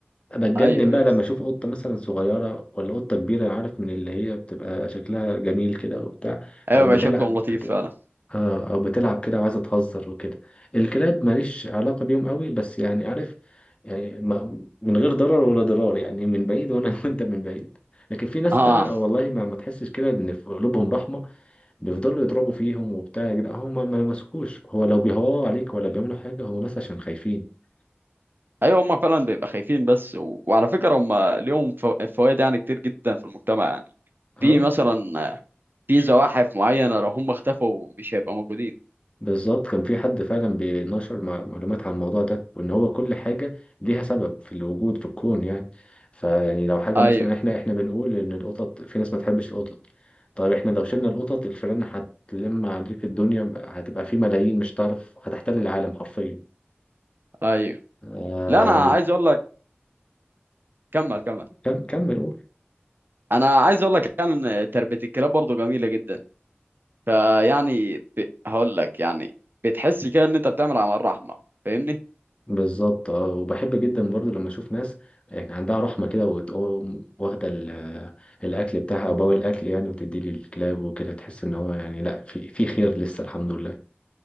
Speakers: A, on the left; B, on the right.
A: بتجنن
B: ايوه
A: بقى
B: ايوه
A: لما أشوف قطة مثلا صغيرة ولا قطة كبيرة عارف من اللي هي بتبقى شكلها جميل كده وبتاع
B: ايوه
A: أو
B: بقى
A: بتلعب
B: شكلهم لطيف فعلا
A: اه او بتلعب كده وعايزه تهزر وكده الكلاب ماليش علاقه بيهم قوي بس يعني عارف يعني ما من غير ضرر ولا ضرار يعني من بعيد وانا <laughs> وانت من بعيد لكن في ناس
B: اه
A: بقى والله ما, ما تحسش كده ان في قلوبهم رحمه بيفضلوا يضربوا فيهم وبتاع يا جدعان هم ما ما لمسكوش هو لو بيهوا عليك ولا بيعملوا حاجه هم بس عشان خايفين
B: ايوه هم فعلا بيبقى خايفين بس و... وعلى فكرة هم ليهم فو... فوائد يعني كتير جدا في المجتمع يعني
A: اه
B: في مثلا آه، في زواحف معينة لو هم اختفوا مش هيبقى موجودين
A: بالظبط كان في حد فعلا بينشر مع- معلومات عن الموضوع ده وان هو كل حاجه ليها سبب في الوجود في الكون يعني فيعني لو حاجه
B: ايوه
A: مثلا احنا احنا بنقول ان القطط في ناس ما تحبش القطط طيب احنا لو شلنا القطط الفئران هتلم عليك الدنيا هتبقى في ملايين مش هتعرف هتحتل العالم حرفيا
B: ايوه
A: آم،
B: لا انا عايز اقول لك كمل كمل
A: كم كمل قول
B: انا عايز اقول لك كان تربيه الكلاب برضه جميله جدا فيعني ب... هقول لك يعني بتحس كده ان انت بتعمل عمل رحمه فاهمني
A: بالظبط اه وبحب جدا برضو لما اشوف ناس يعني عندها رحمه كده وتقوم واخده ال- الاكل بتاعها او بواقي الاكل يعني وتدي لي الكلاب وكده تحس ان هو يعني لا في في خير لسه الحمد لله